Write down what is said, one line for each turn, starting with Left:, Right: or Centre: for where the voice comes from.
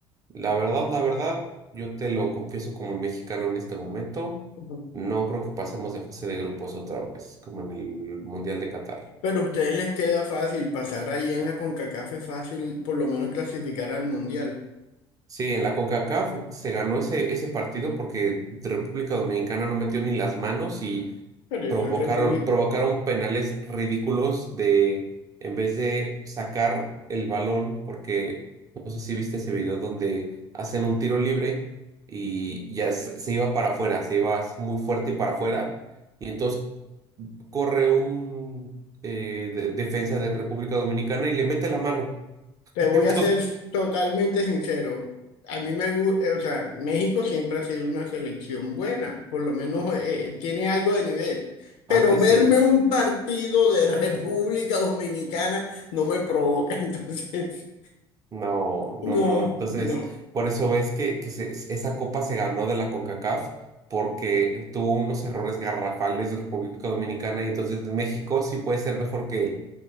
Right: la verdad, la verdad, yo te lo confieso como mexicano en este momento,
Left: ujú.
Right: no creo que pasemos de fase de grupos otra vez, como en el Mundial de Qatar.
Left: Pero a ustedes les queda fácil pasar ahí en la CONCACAF es fácil, por lo menos clasificar al Mundial.
Right: Sí, en la CONCACAF se ganó ese, ese partido porque República Dominicana no metió ni las manos y
Left: Pero eso
Right: provocaron,
Left: es República.
Right: provocaron penales ridículos de, en vez de sacar el balón, porque no sé si viste ese video donde hacen un tiro libre y ya se se iba para afuera, se iba muy fuerte y para afuera, y entonces corre un eh, de- defensa de República Dominicana y le mete la mano. <laughs>
Left: Te
Right: Entonces,
Left: voy a ser totalmente sincero. A mí me gusta, o sea, México siempre ha sido una selección buena, por lo menos eh, tiene algo de nivel. Pero
Right: antes
Left: verme
Right: sí.
Left: un partido de <laughs> República Dominicana no me provoca, <laughs> entonces,
Right: No, no,
Left: no,
Right: no. Entonces,
Left: no.
Right: por eso ves que, que se- esa copa se ganó de la CONCACAF porque tuvo unos errores garrafales de República Dominicana y entonces México sí puede ser mejor que él,